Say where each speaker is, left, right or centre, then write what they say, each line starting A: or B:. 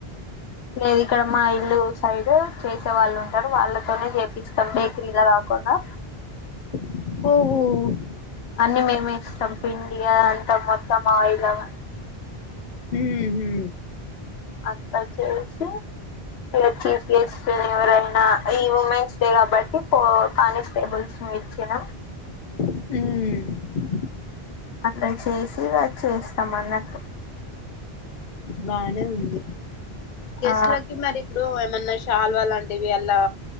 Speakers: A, on the left; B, on the left.
A: లేదు ఇక్కడ మా ఇల్లు సైడ్ చేసే వాళ్ళు ఉంటారు, వాళ్ళతోనే చేపిస్తాం బేకరీలా కాకుండా
B: ఓహో
A: అన్ని మేమే ఇస్తాం పిండియా అంతా మొత్తం ఆయిల్ అవన్నీ
B: మ్ హు
A: అట్ట చేసే ఇ చీఫ్ గెస్ట్ ఎవరైనా ఈ ఉమెన్స్ అంతే కాబట్టి పో కానిస్టేబుల్స్ ను ఇచ్చిన
B: మ్
A: అందు చేసి వా చేస్తాం అన్నట్టు
B: బానే ఉంది గెస్ట్
A: ఆ
B: లకి మరి ఇప్పుడు ఏమన్నా చాలువలాంటివి ఎలా